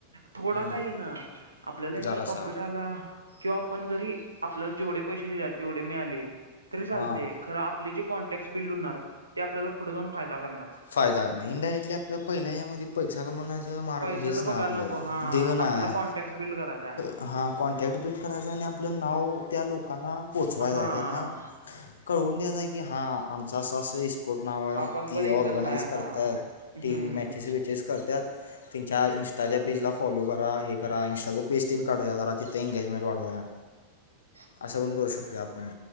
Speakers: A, on the right; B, on the left.
A: थोडा
B: हम्म,
A: का ईना आपल्याला एकदा
B: जरासा
A: प्रॉफिट आला. किंवा आपण जरी आपला जेवढे पैसे दिले तेवढे मिळाले तरी चालतेय.
B: हां
A: खरं आपले जे कॉन्टॅक्टस बिल्ड होणार ते आपल्याला पुढे जाऊन फायदा करणार.
B: फायदा कर नाही इनडायरेक्टली आपल्या पहिल्या यामध्ये पैसा कमवण्याचं मार
A: पैशाच
B: हेच ना
A: बघायला
B: आपलं.
A: नको हा
B: देघ नाय.
A: <unintelligible>
B: हा कॉन्टॅक्ट बिल्ड करायचां आहे आणि आपलं नाव त्या लोकांना पोचवायचं
A: हा
B: आहे त्यांना. कळवून द्याच आहे की हा आमच असं असं स्पोर्ट नाव आहे
A: आपण
B: ती
A: पण एक
B: ऑर
A: जण
B: ऑर्गनाइज
A: हाय
B: करतात
A: हा हम्म
B: टीम मॅचेस बचेस करत्यात. त्यांच्या इंस्टाच्या पेजला फॉलो करा हे करा इंस्टां पेज त्यां काढूया जरा तिथे एंगेजमेंट वाढवूया.
A: <inaudible>
B: असं पण करू शकतो आपण